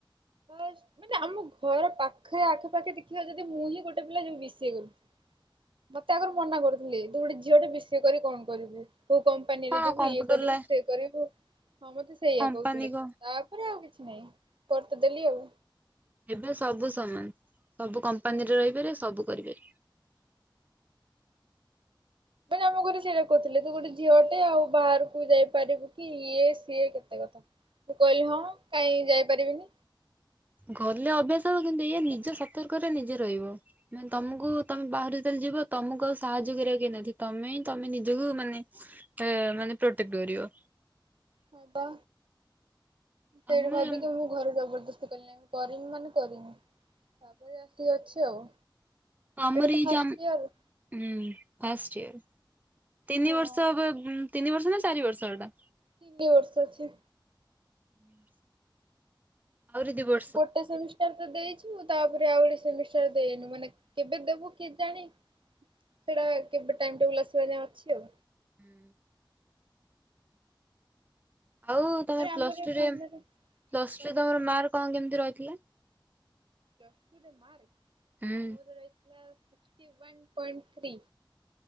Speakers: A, on the right; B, on the right.
A: ମାନେ ଆମ ଘର ପାଖେ ଆଖପାଖେ ଦେଖିବା ଯଦି ମୁଁ ହିଁ ଗୋଟେ ପିଲା ଯିଏ ବି ସି ଏ କରୁଛି। ମତେ ଆଗରୁ ମନା କରୁଥିଲେ ତୁ ଗୋଟେ ଝିଅ ଟେ ବି ସି ଏ କରିକି କଣ କରିବୁ <unintelligible> କମ୍ପାନୀରେ
B: କଣ
A: ଯିବୁ
B: କମ୍ପୁଟର
A: ଇଏ କରିବୁ
B: ଲା
A: ସେ କରିବୁ ହଁ ମତେ ସେଇଆ
B: କମ୍ପାନୀ
A: କହୁଥିଲେ
B: କ
A: ତ ତାପରେ ଆଉ କିଛି ନାହିଁ କରିତ ଦେଲି ଆଉ।
B: ଏବେ ସବୁ ସମାନ ସବୁ କମ୍ପାନୀରେ ରହିପାରିବେ ସବୁ କରିବେ।
A: ଆମ ଘରେ ସେଇଟା କହୁଥିଲେ ତୁ ଗୋଟେ ଝିଅଟେ ଆଉ ବାହାରକୁ ଯାଇପାରିବୁ କି ଇଏ ସିଏ କେତେ କଥା। ମୁଁ କହିଲି ହଁ କାହିଁ ଯାଇପାରିବିନି?
B: ଗଲେ ଅଭ୍ୟାସ ହେବ କିନ୍ତୁ ଏଇ ନିଜ ସତର୍କ ରେ ନିଜେ ରହିବ। ତମକୁ ତମେ ବାହାରୁ ଚାଲିଯିବ ତମକୁ ଆଉ ସାହାଯ୍ୟ କରିବାକୁ କେହିଁ ନଥିବେ ତମେ ତମ ନିଜକୁ ମାନେ ଏ ମାନେ ପ୍ରୋଟେକ୍ଟ କରିବ।
A: ହଁ ବା ସେଇଠୁ
B: ଆମେ
A: ଭାବିକି
B: ଆମ
A: ମୁଁ ଘରେ ଜବରଦସ୍ତି କଲିନାହିଁ। କରିନି ମାନେ କରିନି ତାପରେ ଆସିକି ଅଛି ଆଉ।
B: ତ ଆମରି
A: ଏଇଟା ଫାଷ୍ଟ
B: ଜାମ
A: ଇୟର
B: ହୁଁ, ଫାଷ୍ଟ ଇୟର୍। ତିନି
A: ହଁ
B: ବର୍ଷ ହବ ଉଁ, ତିନି ବର୍ଷ ନା ଚାରି ବର୍ଷ ଏଟା?
A: ତିନି ବର୍ଷ ଅଛି।
B: ନି ବର୍ଷ। ଆଉରି ଦି ବ
A: ଗୋଟେ ସେମିଷ୍ ଷ୍ଟାର ତ ଦେଇଛି। ତାପରେ ଆଉ ଗୋଟେ ସେମିଷ୍ଟାର ଦେଇନୁ ମାନେ କେବେ ଦେବୁ କେଜାଣି। ସେଇଟା କେବେ ଟାଇମ୍ ଟେବୁଲ ଆସିବା ଯାଏ ଅଛି ଆଉ।
B: ହୁଁ। ଆଉ ତୋମର
A: ଆରେ ଆମର
B: ପ୍ଲସ୍ ଟୁ
A: ସାମ୍ନାରେ
B: ରେ ପ୍ଲସ୍
A: କଣ
B: ଟୁ ରେ
A: କହିଲ
B: ତୋମର ମାର୍କ କଣ କେମିତି ରହିଥିଲା?
A: ପ୍ଲସ୍ ଟୁ ରେ ମାର୍କ
B: ହୁଁ।
A: ମୋର ରହିଥିଲା ସିକ୍ସଟି ୱାନ୍ ପଏଣ୍ଟ ଥ୍ରୀ।